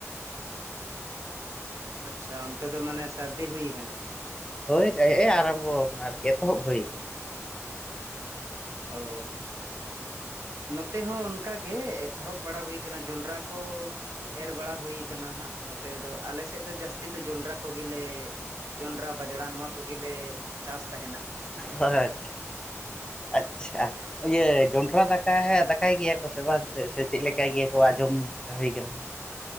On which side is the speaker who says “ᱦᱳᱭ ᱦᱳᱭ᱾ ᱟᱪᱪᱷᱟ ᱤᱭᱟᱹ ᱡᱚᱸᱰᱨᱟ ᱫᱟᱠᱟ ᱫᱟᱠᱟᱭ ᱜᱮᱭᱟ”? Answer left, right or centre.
Left